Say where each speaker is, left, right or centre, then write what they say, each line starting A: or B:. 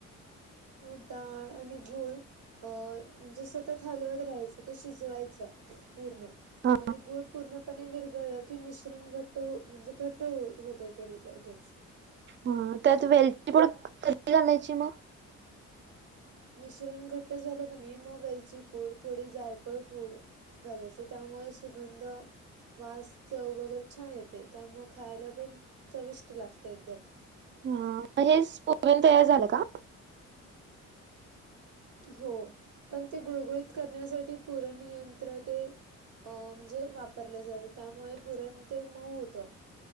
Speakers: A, on the right; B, on the right.
A: मग डाळ आणि गुळ. अ म्हणजे सतत हलवत राहायचं ते शिजवायचं पूर्ण.
B: हा
A: आणि गूळ पूर्णपणे विरघळला की मिश्रण घट्ट म्हणजे घट्ट होतय ते लगेच.
B: हा त्यात वेलची पूड कधी घालायची मग?
A: मिश्रण घट्ट झालं कणी मग वेलची पूड थोडी जायफळ. जायफळ पूड घालायच त्यामुळे सुगंध. वास चव वगैरे छान येते त्यामुळे खायला पण चविष्ट लागते एकदम.
B: हा हेच पुरण तयार झालं का? <inaudible>
A: हो पण ते गुळगुळीत करण्यासाठी पूरणयंत्र ते. अ म्हणजे वापरल जातं त्यामुळे पुरण ते मऊ होतं.